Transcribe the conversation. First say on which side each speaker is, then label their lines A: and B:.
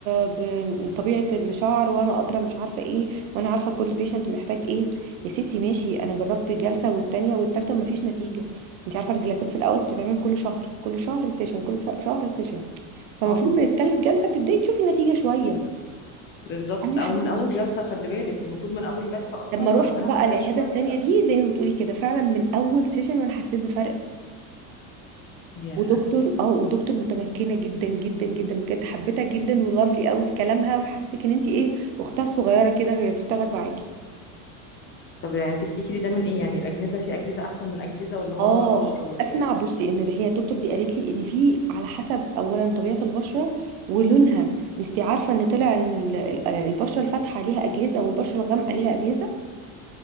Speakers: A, on the right; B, on the left.
A: بطبيعه الشعر وانا ادرى مش عارفه ايه وانا عارفه كل بيشنت محتاج ايه يا ستي ماشي انا جربت جلسه والتانيه والتالته وما فيش نتيجه انت عارفه الجلسات في الاول بتتعمل كل شهر كل شهر سيشن كل س- شهر سيشن فالمفروض
B: اه
A: من التالت جلسه بتبداي تشوفي النتيجه شويه
B: بالظبط
A: انا ما
B: او
A: حسيتش
B: من اول جلسة خلي بالك المفروض من اول جلسة اصلا
A: لما رحت
B: بعدها
A: بقى
B: بك-
A: العياده
B: شوية
A: التانيه دي زي ما بتقولي كده فعلا من اول سيشن وانا حسيت بفرق
B: ياه
A: ودكتور اه ودكتور متمكنه جدا جدا جدا بجد حبيتها جدا ولافلي قوي في كلامها وتحسسك ان انت ايه اختها الصغيره كده وهي بتشتغل معاكي
B: طب يعني تفتكري ده من ايه يعني الأجهزة في أجهزة احسن من أجهزة ولا هو
A: اه
B: نوع البشرة ولا
A: اسمع
B: ايه
A: بصي ان هي الدكتور دي قالت لي ان في على حسب اولا طبيعه البشره ولونها انت عارفه ان طلع ان ال- ال- البشره الفاتحه ليها اجهزه والبشره الغامقه ليها اجهزه